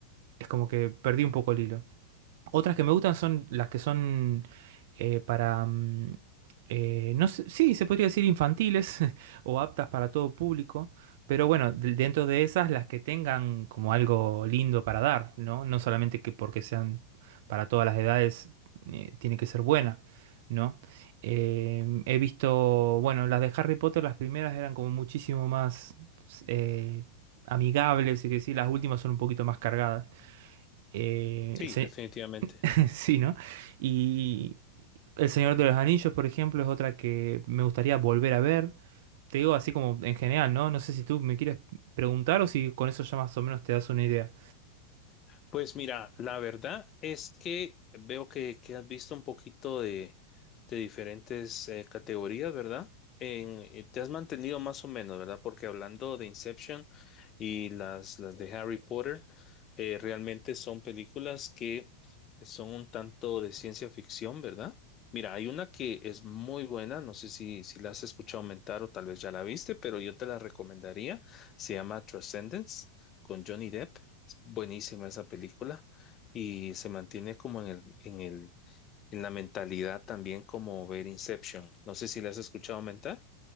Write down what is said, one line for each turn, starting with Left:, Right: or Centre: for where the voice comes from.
Right: es como que perdí un poco el hilo. Otras que me gustan son las que son eh, para, mm, eh, no sé, sí, se podría decir infantiles <laughs> o aptas para todo público, pero bueno, de- dentro de esas las que tengan como algo lindo para dar, ¿no? No solamente que porque sean para todas las edades eh, tiene que ser buena, ¿no? Eh, he visto, bueno, las de Harry Potter, las primeras eran como muchísimo más eh, amigables, y que sí, las últimas son un poquito más cargadas. Eh,
Left: Sí,
Right: se-
Left: definitivamente.
Right: <laughs> sí, ¿no? Y El Señor de los Anillos, por ejemplo, es otra que me gustaría volver a ver. Te digo así como en general, ¿no? No sé si tú me quieres preguntar o si con eso ya más o menos te das una idea.
Left: Pues mira, la verdad es que veo que, que has visto un poquito de, de diferentes eh, categorías, ¿verdad? En, eh, te has mantenido más o menos, ¿verdad? Porque hablando de Inception y las, las de Harry Potter, eh, realmente son películas que son un tanto de ciencia ficción, ¿verdad? Mira, hay una que es muy buena, no sé si, si la has escuchado aumentar o tal vez ya la viste, pero yo te la recomendaría. Se llama Transcendence con Johnny Depp. buenísima esa película y se mantiene como en el, en el, en la mentalidad también como ver Inception. No sé si la has escuchado mentar.